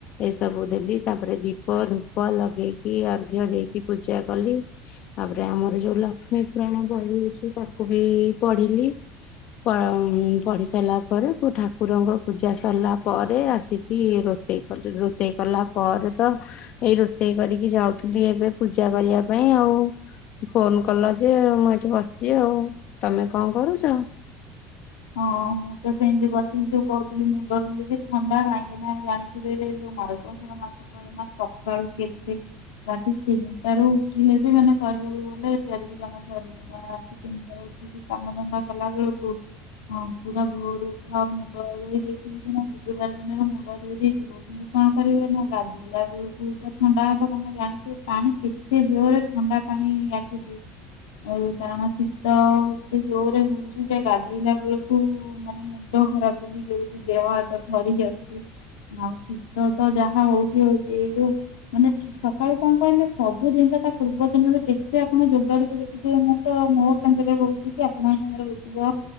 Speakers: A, on the left; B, on the left.
A: ଏ ସବୁ ଦେଲି ତାପରେ ଦୀପ ଧୂପ ଲଗେଇକି ଅର୍ଘ୍ୟ ଦେଇକି ପୂଜା କଲି ତାପରେ ଆମର ଯୋଉ ଲକ୍ଷ୍ମୀ ପୁରାଣ ବହି ଇଛି ତାକୁ ବି ପଢିଲି ପ ପଢି ସାରିଲା ପରେ ପୁ ଠାକୁରଙ୍କ ପୂଜା ସରିଲା ପରେ ଆସି କି ରୋଷେଇ କଲି ରୋଷେଇ କଲା ପରେ ତ ଏଇ ରୋଷେଇ କରିକି ଯାଉଥିଲି ଏବେ ପୂଜା କରିବା ପାଇଁ ଆଉ ଫୋନ କଲ ଯେ ମୁଁ ଏଇଠି ବସିଛି ଆଉ ତମେ କ କରୁଚ?
B: ହଁ ମୁଁ ତ ସେମତି ବସିି ଯୋଉ କହୁଥିଲି ମୁଣ୍ଡ ବିନ୍ଧୁ ସେ ଥଣ୍ଡା କାଁକି ନା ଜାଣିଥିବ ଯୋଉ ମାରଗ ଗସିର ମାଛ ତ ଏଇନା ସକାଳୁ କେତେ ରାତି ତିନିଟା ରୁ ଉଠିଲେ ବି ମାନେ କରିବାକୁ ଗଲେ ଜଲଦି କାମ ସରେ ରାତି ତିନିଟାରେ ଏଠିକି କାମଧନ୍ଦା କଲା ବେଳକୁ ହଁ ପୁରା ଭୋରୁ ଉଠା ମୁଣ୍ଡ ଧୋଇ ଦେଇଥିବି ସିନା ବୁଧବାର ଦିନରେ ମୁଣ୍ଡ ଧୋଇ ଦେଇଥିବ। କିନ୍ତୁ କଣ କରିବେ ନା ଗାଧୁ ପିଲା ବେଳକୁ ତ ଥଣ୍ଡା ହବ କଣ ଜାଣିଥିବ ପାଣି କେତେ ଜୋରେ ଥଣ୍ଡା ପାଣି ଆସୁଚି। ଆଉ କାରଣ ଶୀତ ଏତେ ଜୋରରେ ହଉଚି ଯେ ଗାଧେଇଲା କୁଳକୁ ମାନେ ମୁଣ୍ଡ ଖରାପ ହେଇଯାଉଚି ଦେହ ହାତ ଥରି ଯାଉଚି। ଆଉ ଶୀତ ତ ଯାହା ହୋଉଚି ହୋଉଚି ଏଇ ଯୋଉ ମାନେ ଚୁ ସକାଳୁ କ କହିଲେ ସବୁ ଜିନିଷ ତା ପୂର୍ବ ଦିନରେ ଯେତେ ଆପଣ ଯୋଗାଡୁକୁ ଦେଖିଥିବେ ମୋ ତ ମୋ ସାଙ୍ଗରେ ହଉଛି କି ଆପଣଙ୍କ ସାଙ୍ଗରେ ହଉଥିବ